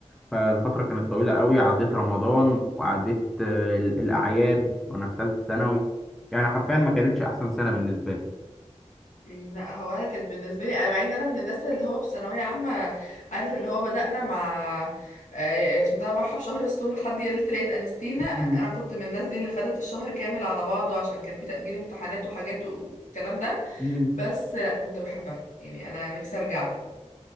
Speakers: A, in the centre; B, on the left (about 85°).
A: فالفترة كانت طويلة قوي عديت رمضان وعديت آه، ال- الأعياد وأنا في تالتة ثانوي يعني حرفيا ما كانتش أحسن سنة بالنسبة لي
B: مم، لا هو انا كانت بالنسبه لي أنا- مع ان انا من الناس اللي هو في ثانويه عامه عارف اللي هو بدانا مع آه، اسمه ده مرحب شهر الصوم لحد يا ليله العيد انستينا انا
A: مم.
B: كنت من الناس دي اللي خدت الشهر كامل على بعضه عشان كان في تاجيل امتحانات وحاجات والكلام ده
A: مم.
B: بس لا كنت بحبها يعني انا نفسي ارجعها